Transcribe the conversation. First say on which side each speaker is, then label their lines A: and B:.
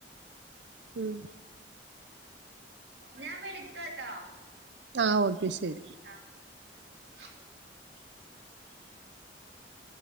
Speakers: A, on the right; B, on the right.
A: ഉം
B: ഞാൻ വിളിക്കാട്ടോ.
A: ആഹ് ഓക്കെ ശെരി.
B: ആഹ്